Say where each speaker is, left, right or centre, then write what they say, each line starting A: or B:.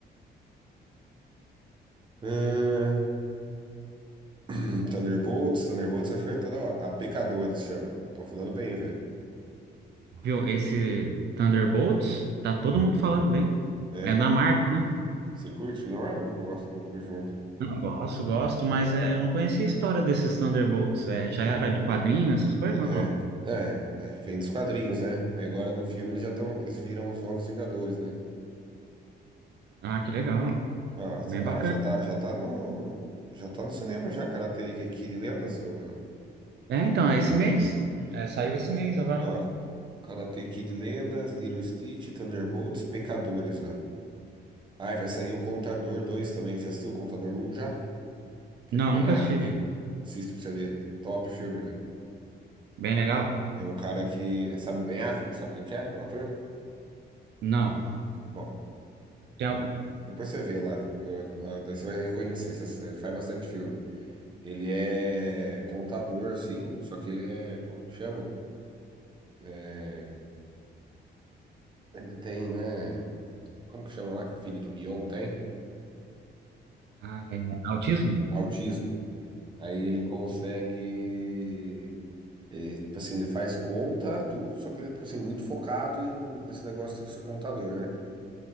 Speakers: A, on the right; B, on the right.
A: Ah, <clears throat> Thunderbolts, Thunderbolts acho que vai estar da hora. A Pecadores chama. Estão falando bem, velho.
B: viu? Esse Thunderbolts, tá todo mundo falando bem.
A: É.
B: É da Marvel, né?
A: Você curte o William Marvel? Eu gosto, não curto muito.
B: Não, gosto, gosto, mas é, eu não conhecia a história desses Thunderbolts. É, já era de quadrinho, essas coisas, ou
A: É.
B: não?
A: É, é, vem dos quadrinhos, né? Aí Agora no filme eles já estão, eles viram os novos Vingadores, né?
B: Ah, que legal,
A: Ah,
B: bem
A: tá-
B: bacana.
A: ah, já tá, já tá no, já tá no cinema já, Karate Kid Lendas, ó.
B: É, então, é esse mês? É, saiu esse mês agora.
A: Ó, Karate Kid Lendas, Little Stitch, Thunderbolts, Pecadores, ó. Ai, vai sair o Contador 2 também. Já assistiu o Contador um já? Que
B: Não,
A: é com o Ben
B: nunca
A: Affleck?
B: assisti.
A: Assista pra você ver. Top filme, velho.
B: Bem legal?
A: É um cara que. Sabe o Ben Affleck? Sabe quem que é? O ator?
B: Não.
A: Bom,
B: Tem algum...
A: Depois você vê lá, eu- daí você vai reconhecer. essa- Ele faz bastante filme. Ele é contador, assim, só que ele é, como que chama? É, ele tem, né? Como que chama lá que o filho do Mion tem?
B: Ah, é autismo?
A: Autismo. Aí ele consegue. ele, tipo assim, ele faz conta, tudo, só que ele é, tipo assim, muito focado em, nesse negócio de ser contador, né?